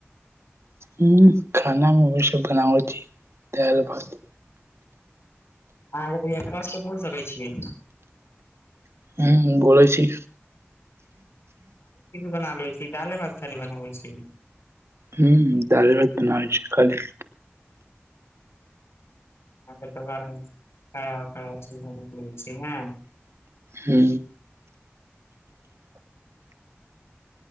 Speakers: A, on the right; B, on the left.
A: हु खाना हम बेशी बनावे छी दाल भात
B: अहाँ त कष्ट बोल सकैत छियै
A: हु बोलै छी
B: बना लैइ छी दाले भात खाली बनाबै छी
A: हुं दाल भात बनाबै छै खाली
B: ह तऽ बड़ खरा ख चीज ह <inaudible>
A: हू